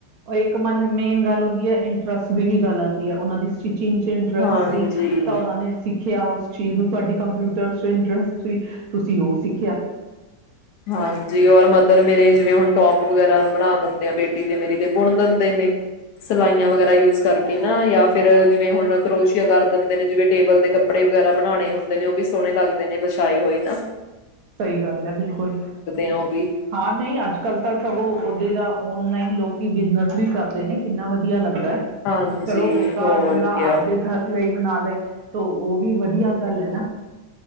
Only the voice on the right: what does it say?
ਉਹ ਇੱਕ ਮਨ ਮੇਨ ਗੱਲ ਹੁੰਦੀ ਇੰਟਰਸਟ ਵੀ ਹੀ ਗੱਲ ਆਉਂਦੀ ਹੈ। ਉਹਨਾਂ ਦੀ ਸਥਿਤੀ ਜਿਦੇ ਚ ਇੰਟਰਸਟ
ਸੀ ਤਾਂ ਉਹਨਾਂ ਨੇ ਸਿੱਖ ਰਖਿਆ ਉਸ ਚੀਜ਼ ਨੂੰ ਤੁਹਾਡੀ ਕੰਪਿਊਟਰ ਚ ਇੰਟਰਸਟ ਸੀ। ਤੁਸੀਂ ਉਹ ਸਿੱਖਿਆ।
ਸਹੀ ਗੱਲ ਹੈ ਬਿਲ ਕੁਲ
ਹਾਂ ਨਹੀਂ ਅੱਜ ਕੱਲ੍ਹ ਤਾਂ ਸਗੋਂ ਉਹਦੇ, ਔਨਲਾਈਨ ਲੋਕ ਬਿਜਨਸ ਵੀ ਕਰਦੇ ਨੇ ਕਿੰਨਾ ਵਧੀਆ ਲੱਗ ਦਾ
ਚਲੋ ਉਹ ਤਾਂ
ਬੰਦਾ
ਆਪਦੇ ਗਰ ਲਈ, ਬਣਾ ਲਏ ਤੇ ਉਹ ਵੀ ਵਧੀਆ ਗੱਲ ਐ ਨਾ,